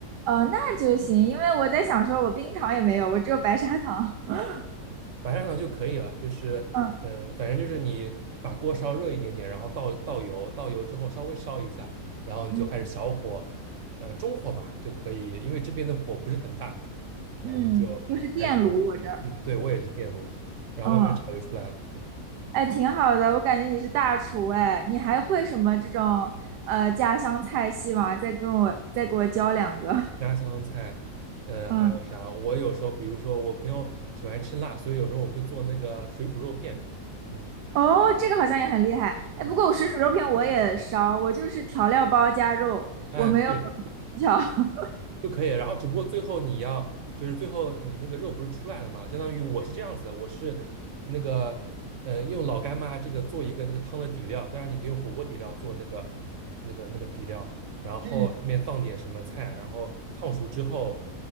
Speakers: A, on the right; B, on the right.
A: 哦，那就行，因为我在想说，我冰糖也没有，我只有白砂糖。<laughs>
B: 白砂糖就可以了，就是，
A: 嗯
B: 呃，反正就是你把锅烧热一点点，然后倒倒油，倒油之后稍微烧一下，然后你就开始小火，
A: 嗯
B: 呃，中火吧就可以，因为这边的火不是很大，然后你就
A: 嗯，又是电炉我这儿。
B: 开始，嗯，对，我也是电炉，然后慢慢炒就出来了，
A: 嗯
B: 嗯，
A: 哎，挺好的，我感觉你是大厨哎，你还会什么这种呃家乡菜系吗？再跟我再给我教两个。
B: 家乡菜，呃，
A: 嗯，
B: 还有啥？我有时候比如说我朋友喜欢吃辣，所以有时候我们会做那个水煮肉片，嗯
A: 哦，这个好像也很厉害。哎，
B: 嗯，
A: 不过我水煮肉片我也烧，我就是调料包加肉，
B: 哎，
A: 我没有
B: 对，
A: 技巧 <laughs>
B: 就可以了然后只不过最后你要，就是最后你那个肉不是出来了嘛？相当于我是这样子的，我是那个呃用老干妈这个做一个那个汤的底料，当然你可以用火锅底料做那个那个那个底料，然后上面放点什么菜，
A: 嗯，
B: 然后烫熟之后，